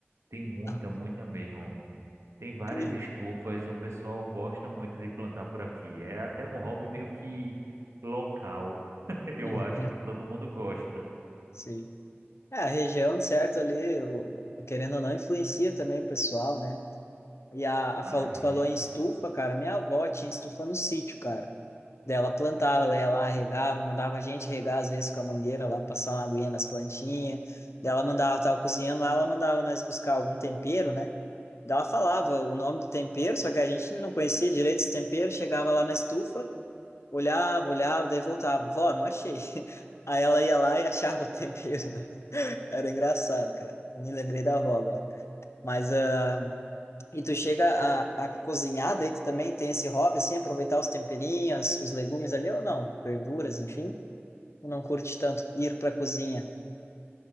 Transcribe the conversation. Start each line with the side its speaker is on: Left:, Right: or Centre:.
Right: Tem muita,
Left: Ah,
Right: muita mesmo. Tem várias
Left: entendi.
Right: estufas, o pessoal gosta muito de plantar por aqui. É até um hobby meio que local. <laughs> Eu
Left: Hum,
Right: acho que todo mundo gosta.
Left: Sim. É, a região, certo, ali, eu, querendo ou não, influencia também o pessoal, né? E a, a
Right: Ah,
Left: fal- tu
Right: é?
Left: falou em estufa, cara. Minha avó tinha estufa no sítio, cara. Dela plantava, ela ia lá, regava, mandava a gente regar às vezes com a mangueira lá, passar uma aguinha nas plantinhas. Dela mandava, tava cozinhando lá, ela mandava nós buscar algum tempero, né? Daí Ela falava o nome do tempero, só que a gente não conhecia direito esse tempero. Chegava lá na estufa, olhava, olhava, daí voltava. Vó, não achei. <laughs> Aí ela ia lá e achava o <laughs> tempero, né? Era engraçado, cara. Me lembrei da avó agora. Mas, ah, e tu chega a, a cozinhar, daí tu também tem esse hobby, assim, aproveitar os temperinhos, os legumes ali, ou não? Verduras, enfim. Tu não curte tanto ir pra cozinha.